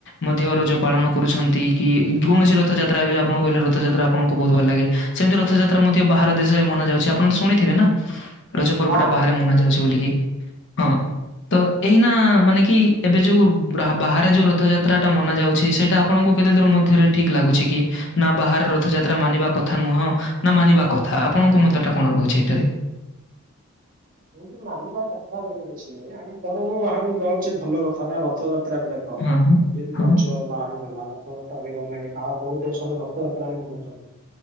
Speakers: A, on the left (about 55°); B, on the right (about 35°).
A: ମଧ୍ୟ ରଜ ପାଳନ କରୁଛନ୍ତି କି? କୌଣସି ରଥଯାତ୍ରା ବି ଆପଣ କହିଲେ ରଥଯାତ୍ରା ଆପଣଙ୍କୁ ବହୁତ ଭଲ ଲାଗେ। ସେମିତି ରଥଯାତ୍ରା ମଧ୍ୟ ବାହାର ଦେଶରେ ମନା ଯାଉଚି। ଆପଣ ତ ଶୁଣିଥିବେ ନା? ରଜ ପର୍ବ
B: ହଁ
A: ଟା
B: ହଁ
A: ବାହାରେ ମନା ଯାଉଛି ବୋଲିକି ହଁ। ତ ଏଇନା ମାନେ କି ଏବେ ଯୋଉ ବ୍ରା ବାହାରେ ଯୋଉ ରଥଯାତ୍ରା ଟା ମନା ଯାଉଛି ସେ ଟା ଆପଣଙ୍କୁ କେତେ ଦୂରୁ ମଧ୍ୟରେ ଠିକ୍ ଲାଗୁଛି କି? ନା ବାହାର ରଥଯାତ୍ରା ମାନିବା କଥା ନୁହଁ ନା ମାନିବା କଥା ଆପଣଙ୍କ ମତ ଟା କଣ ରହୁଛି ଏଠାରେ?
B: ଏମିତି ମାନିବା କଥା ବୋଲେ କିଛି ନାଇଁ ଆମେ ପରବ ବାହାରୁକୁ ଯାଉଛେ ଭଲ କଥା ନା ରଥଯାତ୍ରା ହ
A: ହଁ,
B: ଯେମିତି
A: ହଁ।
B: ରଜ ବାହାରକୁ ଗଲାରେ। ରଥଯାତ୍ରା ବି ଗଲାଣି ବାହାର ବହୁତ ଦେଶରେ ରଥଯାତ୍ରା ବି ମନଉଚନ୍ତି